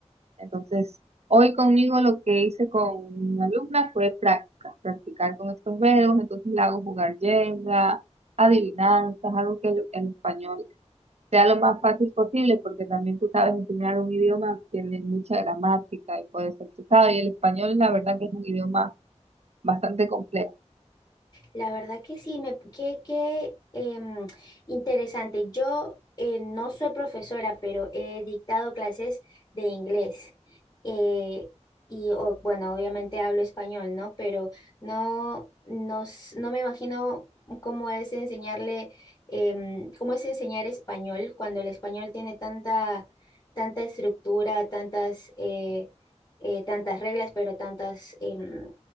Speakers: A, on the right; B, on the left.
A: Entonces, hoy conmigo lo que hice con mi alumna fue prácticas, practicar con estos verbos, entonces le hago jugar Jenga, adivinanzas, algo que el, el español sea lo más fácil posible, porque también tú sabes enseñar un idioma, tiene mucha gramática y puede ser pesado, y el español la verdad que es un idioma bastante complejo.
B: La verdad que sí, me, qué, qué em, interesante. Yo eh, no soy profesora, pero he dictado clases de inglés. Eh, y o- bueno, obviamente hablo español, ¿no? Pero no, no, s- no me imagino cómo es enseñarle, em, cómo es enseñar español cuando el español tiene tanta, tanta estructura, tantas, eh, eh, tantas reglas, pero tantas em,